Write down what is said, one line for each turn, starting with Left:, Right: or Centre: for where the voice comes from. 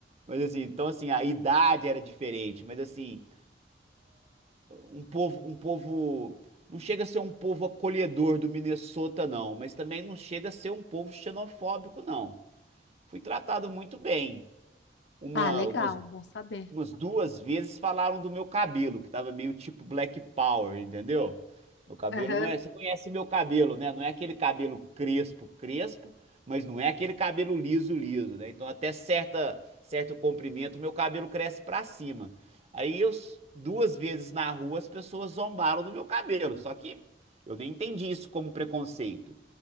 Right: Mas assim, então assim, a idade era diferente, mas assim um povo, um povo, não chega a ser um povo acolhedor do Minnesota, não, mas também não chega a ser um povo xenofóbico, não. Fui tratado muito bem. Uma,
Left: Ah, legal,
Right: uma
Left: bom saber.
Right: umas duas vezes falaram do meu cabelo, que tava meio tipo Black Power, entendeu? Meu cabelo
Left: aham,
Right: não é. Você conhece meu cabelo, né? Não é aquele cabelo crespo, crespo, mas não é aquele cabelo liso, liso, né? Então, até certa, certo comprimento, meu cabelo cresce pra cima. Aí, eu, s- duas vezes na rua, as pessoas zombaram do meu cabelo. Só que eu nem entendi isso como preconceito.